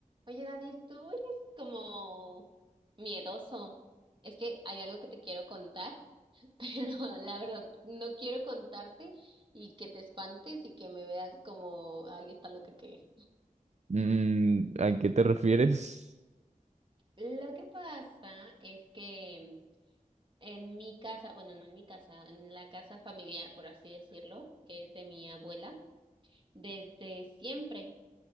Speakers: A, on the right; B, on the right.
A: Oye, Dani, tú eres como miedoso. Es que hay algo que te quiero contar, <laughs> pero la verdad no quiero contarte y que te espantes y que me veas como, ay, está loca que...
B: Mm, ¿a qué te refieres?
A: Lo que pasa es que en mi casa, bueno, no en mi casa, en la casa familiar, por así decirlo, que es de mi abuela, desde siempre